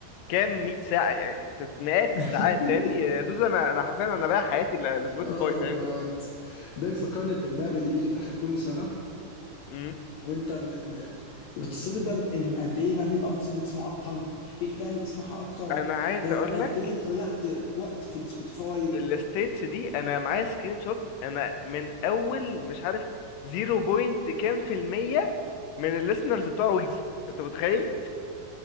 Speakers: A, on the left; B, on the left.
A: كام 100 ساعه يعني مئات
B: <laughs>
A: الساعات تاني يا دود انا انا حرفيا انا بايع حياتي ل- لسبوتيفاي
B: اه
A: فاهمني
B: جاد ده بيفكرني بالراب اللي بيجي في آخر كل سنة
A: أمم.
B: وانت م... م... وتتصدم بقى من- قد ايه بقى مين افضل انت تسمعه اكتر ايه الفئه اللي تسمعها اكتر
A: انا عايز
B: آه،
A: اقول
B: قد
A: لك
B: ايه انت ضيعت وقت في السبوتيفاي
A: الستيتس دي انا معايا سكرين شوت انا من اول مش عارف 0 بوينت كام في الميه من الليسنرز بتوع ويجز انت متخيل